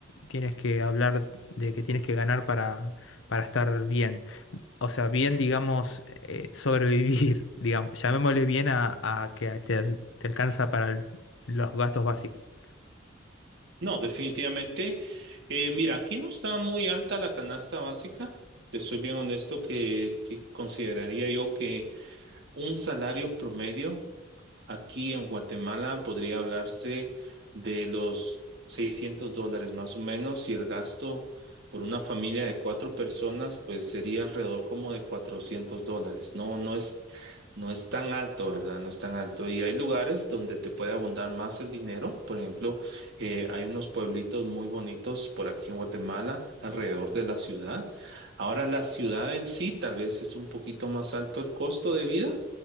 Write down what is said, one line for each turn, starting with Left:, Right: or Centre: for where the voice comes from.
Left: tienes que hablar, de que tienes que ganar para, para estar bien. O sea, bien, digamos, eh, sobrevivir, <laughs> digamos, llamémosle bien a, a que te, te alcanza para el- los gastos básicos.
Right: No, definitivamente. Eh, mira, aquí no está muy alta la canasta básica. Te soy bien honesto que, que consideraría yo que un salario promedio Aquí en Guatemala podría hablarse de los 600 dólares más o menos y el gasto por una familia de cuatro personas pues sería alrededor como de 400 dólares. No, no es, no es tan alto, ¿verdad? No es tan alto. Y hay lugares donde te puede abundar más el dinero. Por ejemplo, eh, hay unos pueblitos muy bonitos por aquí en Guatemala, alrededor de la ciudad. Ahora la ciudad en sí tal vez es un poquito más alto el costo de vida